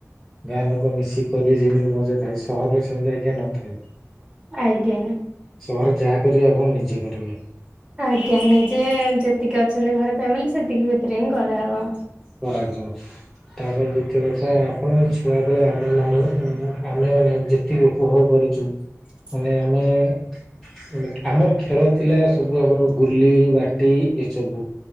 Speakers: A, in the centre; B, on the right (about 20°).
A: ଗାଁ ଲୋକ ମିଶିକି କରିବେ ଯେମିତି ମଜା ଥାଏ ସହରରେ ସେମିତି ଆଜ୍ଞା ନଥାଏ।
B: ଆଜ୍ଞା।
A: ସହରରେ ଯାହା କରିବେ ଆପଣ ନିଜେ କରିବେ।
B: ଆଜ୍ଞା ନିଯେ ଯେତିକି ଅଛନ୍ତି ଘର ଫ୍ୟାମିଲି ସେତିକି ଭିତରେ ହିଁ କରାହେବ।
A: କରାଯ୍ୟ। ତାପରେ ଯେତିକି କଥା ଆପଣ ଛୁଆବେଳେ ଆମେମାନେ ମୁଁ ଆମେମାନେ ଯେତିକି ଉପଭୋଗ କରିଛୁ।
B: ହ
A: କବନ୍
B: <unintelligible>
A: ମାନେ ଆମେ <inaudible> ଆମର ଖେଳ ଥିଲା ସବୁ ଆମର ଗୁଲି ବାଟି ଏସବୁ।